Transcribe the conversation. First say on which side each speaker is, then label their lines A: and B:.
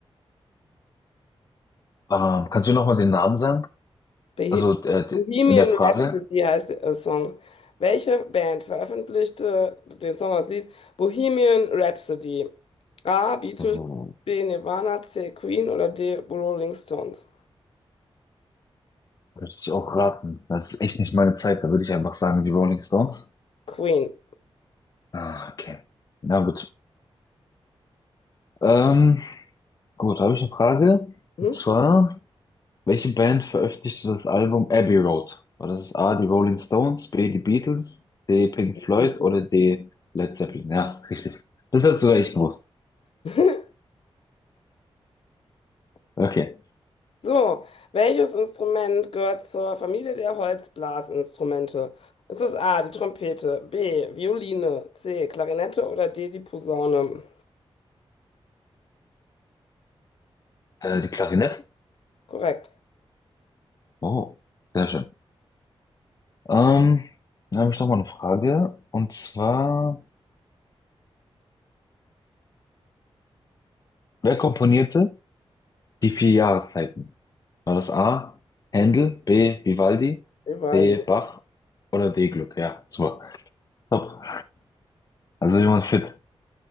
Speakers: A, on the left; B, on the left.
A: Ähm, kannst du nochmal den Namen sagen?
B: Beh-
A: Also äh, d-
B: Bohemian
A: in der Frage,
B: Rhapsody heißt der Song. Welche Band veröffentlichte den Song als Lied Bohemian Rhapsody? A, Beatles,
A: Oh,
B: B, Nirvana, C, Queen oder D, Rolling Stones?
A: würde ich auch raten. Das ist echt nicht meine Zeit. Da würde ich einfach sagen, die Rolling Stones.
B: Queen.
A: Ah, okay. Na gut. Ähm, gut, habe ich eine Frage.
B: Hm?
A: Und zwar, welche Band veröffentlichte das Album Abbey Road? War das A, die Rolling Stones, B, die Beatles, C, Pink Floyd
B: Beatles.
A: oder D, Led Zeppelin? Ja, richtig. Das hat du sogar echt gewusst.
B: <laughs>
A: Okay.
B: So, welches Instrument gehört zur Familie der Holzblasinstrumente? Ist es A, die Trompete, B, Violine, C, Klarinette oder D, die Posaune?
A: Äh, die Klarinette?
B: Korrekt.
A: Oh, sehr schön. Ähm, dann habe ich noch mal eine Frage. Und zwar, wer komponierte die vier Jahreszeiten? War das A, Händel, B, Vivaldi,
B: Überall
A: C,
B: die.
A: Bach oder D, Gluck? Ja, super. Top. Also jemand fit.